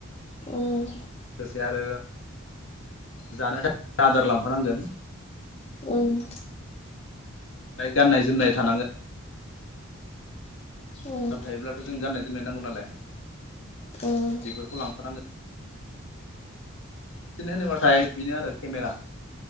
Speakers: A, on the left (about 30°); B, on the left (about 65°).
A: उम
B: लोगोसे आरो जानो थाखाय आदार लांफानांगोन।
A: ओम
B: ओय गाननाय-जोमनाय थानांगोन।
A: उम
B: ाम थायोब्लाथ' जों गाननाय-जोमनाय नांगौ नालाय
A: उम
B: बेफोरखौ लांफानांगोन। बिदिनो होनोबाथाय बेनो आरो केमेरा।